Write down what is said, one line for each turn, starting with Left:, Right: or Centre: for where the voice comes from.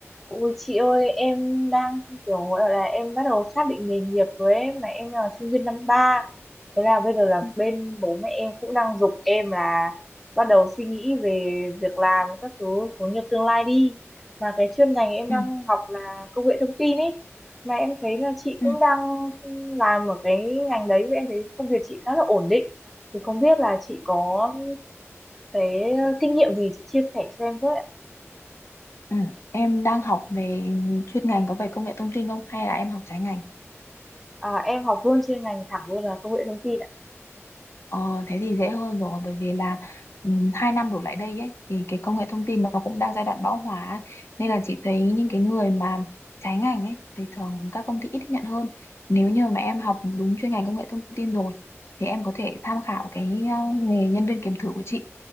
Centre: Ui chị ơi em đang kiểu gọi là em bắt đầu xác định nghề nghiệp rồi ấy mà em là sinh viên năm ba thế là bây giờ là
Left: ừ,
Centre: bên bố mẹ em cũng đang giục em là bắt đầu suy nghĩ về việc làm các thứ hướng nghiệp tương lai đi mà cái chuyên ngành em
Left: ừ,
Centre: đang học là công nghệ thông tin ấy mà em thấy là chị
Left: ừ.
Centre: cũng đang làm ở cái ngành đấy và em thấy công việc chị khá là ổn định thì không biết là chị có cái kinh nghiệm gì chị chia sẻ cho em với ạ?
Left: ừ. Em đang học về chuyên ngành có về công nghệ thông tin không hay là em học trái ngành?
Centre: à, em học luôn chuyên ngành thẳng luôn là công nghệ thông tin ạ
Left: Ờ, thế thì dễ hơn rồi bởi vì là ừ, hai năm đổ lại đây ấy thì cái công nghệ thông tin nó cũng đang giai đoạn bão hòa ấy. Nên là chị thấy những cái người mà trái ngành ấy thì thường các công ty ít nhận hơn. Nếu như mà em học đúng chuyên ngành công nghệ thông tin rồi thì em có thể tham khảo cái ờ, nghề nhân viên kiểm thử của chị